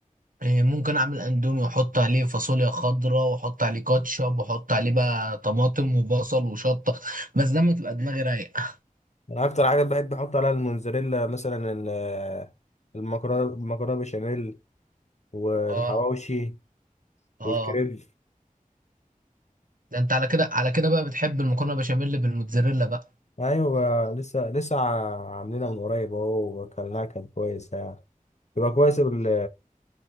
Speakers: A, on the right; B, on the left.
A: آه، ممكن اعمل اندومي واحط عليه فاصوليا خضراء واحط عليه كاتشب واحط عليه بقى طماطم وبصل وشطه بس ده ما تبقى دماغي رايقه
B: انا اكتر حاجة بحب احط عليها الموزاريلا مثلا ال- آه، المكرونة المكرونة بشاميل والحواوشي
A: اه اه
B: والكريب
A: ده انت على كده على كده بقى بتحب المكرونه بشاميل بالموتزاريلا بقى
B: ايوه لسه لسه عاملينها من قريب اهو واكلناها كانت كويسة يعني يبقى كويس بال